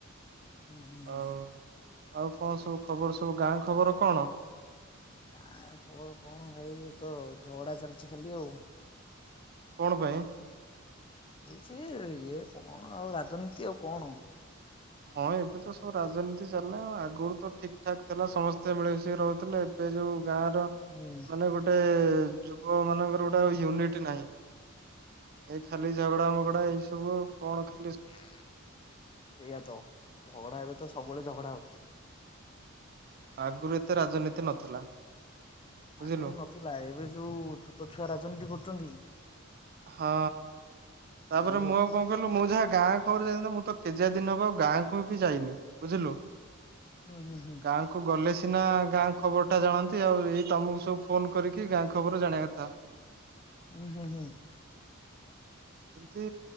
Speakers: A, on the left (about 25°); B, on the right (about 45°).
A: ହୁଁ ହୁଁ ହୁଁ
B: ଆଉ, ଆଉ କଣ ସବୁ ଖବର ସବୁ ଗାଁ ଖବର କଣ?
A: ଗାଁ ଖବର କଣ ଭାଇ ତ ଝଗଡା ଚାଲିଛି ଖାଲି ଆଉ।
B: କଣ ପାଇଁ
A: ଏଇ ସେ ଇଏ କଣ ଆଉ ରାଜନୀତି ଆଉ କଣ।
B: ହଁ ଏବେ ତ ସବୁ ରାଜନୀତି ଚାଲିଲା ଆଗରୁ ତ ଠିକ୍ ଠାକ୍ ଥିଲା ସମସ୍ତେ ମିଳିିିକି ରହୁଥିଲେ। ଏବେ ଯୋଉ ଗାଁ ର
A: ହୁଁ
B: ମାନେ ଗୋଟେ ଯୁବ ମାନଙ୍କର ଗୋଟେ ଆଉ ୟୁନିଟି ନାହିଁ। ଏଇ ଖାଲି ଝଗଡା ମଗଡା ଏଇ ସବୁ ଆଉ କଣ ଖାଲି
A: ସେୟା ତ ଝଗଡା ଏବେ ତ ସବୁବେଳେ ଝଗଡା ହଉଛି।
B: ଆଗରୁ ଏତେ ରାଜନୀତି ନଥିଲା। ବୁଝିଲୁ
A: ଆଗରୁ ନଥିଲା ଏବେ ଯୋଉ ଛୋଟ ଛୁଆ ରାଜନୀତି କରୁଛନ୍ତି।
B: ହଁ ତାପରେ
A: ସେଇ ହଉଛି
B: ମୁଁ ଆଉ କଣ କହିଲୁ ମୁଁ ଯାହା ଗାଁ ଖ ଘରରୁ ଯାଇ ମୁଁ ତ କେଜିଆ ଦିନ ହବ ଆଉ ଗାଁକୁ ବି ଯାଇନି ବୁଝିଲୁ।
A: ଉଁ ହୁଁ ହୁଁ
B: ଗାଁ। ତା ଗଲେ ସିନା ଗାଁ ଖବର ଟା ଜାଣନ୍ତି ଆଉ ଏଇ ତମକୁ ସବୁ ଫୋନ କରିକି ଗାଁ ଖବର ଜାଣିବା କଥା।
A: ହୁଁ ହୁଁ ହୁଁ।
B: ଏମିତି